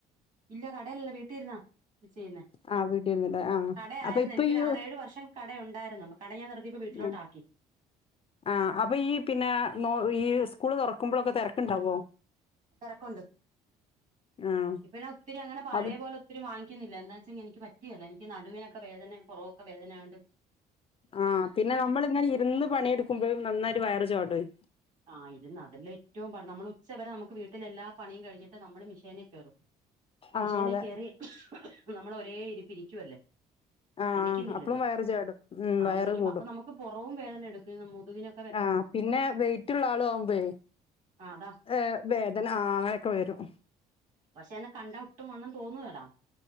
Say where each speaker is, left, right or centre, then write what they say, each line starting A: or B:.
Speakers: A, on the right (about 50°); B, on the left (about 35°).
A: ഇല്ല കടല്ല വീട്ടി ഇരുന്നാ ത് ചെയ്യുന്നേ
B: ആഹ് വീട്ടിരുന്നിട്ട് ആഹ്.
A: കടയായിരുന്നു
B: അപ്പൊ ഇപ്പൊ
A: എനിക്കൊരു
B: ഈ
A: ആറേഴ് വർഷം കടയൊണ്ടായിരുന്നു പ്പ കട ഞാൻ നിർത്തിയപ്പോ
B: ആഹ്
A: വീലോട്ടാക്കി
B: ആഹ് അപ്പൊ ഈ പിന്നെ നോ ഈ സ്കൂള് തൊറക്കുമ്പളൊക്കെ തെരക്ക്ണ്ടാവോ
A: തെരക്കുണ്ട്
B: ആഹ്
A: ഇപ്പ ഞാൻ ഒത്തിരി അങ്ങനെ പഴേ
B: അത്
A: പോലെ ത്തിരി വാങ്ങിക്കുന്നില്ല എന്താച്ചെങ്കി എനിക്ക് പറ്റ്കേല്ല എനിക്ക് നടുവേക്കെ വേദനെ പൊറോക്കെ വേദനെയാണ്ട്
B: ആഹ് പിന്നെ നമ്മളിങ്ങനെ ഇര്ന്ന് പണിയെടുക്കുമ്പഴും നന്നായിട്ട് വയറ് ചോടുവെയ്
A: ആഹ് ഇത്നടുള് ഏറ്റം പാട് നമ്മൾ ഉച്ചവരെ നമുക്ക് വീട്ടിലെല്ലാ പണീം കഴിഞ്ഞിട്ട് നമ്മള് മിഷേനൽ കയറും. മഷേനിൽ
B: ആഹ് അതെ
A: കേറി നമ്മളൊരേ ഇരിപ്പ് ഇരിക്കുവല്ലേ.
B: ആഹ്
A: എണ്ണിക്കുന്നില്ലല്ലോ
B: അപ്പളും വയറ് ചാടും. ഉം
A: ആഹ്
B: വയറ്
A: എണ്ണിക്കുമ്പോ
B: കൂടും.
A: അപ്പൊ നമുക്ക് പൊറവും വേദനെടുക്കേ ന്നംമുതകിനൊ
B: ആഹ് പിന്നെ വെയിറ്റുള്ള ആളു ആവുമ്പേ
A: ആ അതാ
B: ഏഹ് വേദന ആഹ് അങ്ങനൊക്കെ വരും.
A: പക്ഷെ എന്നെ കണ്ട ഒട്ടും വണ്ണം തോന്നുഏല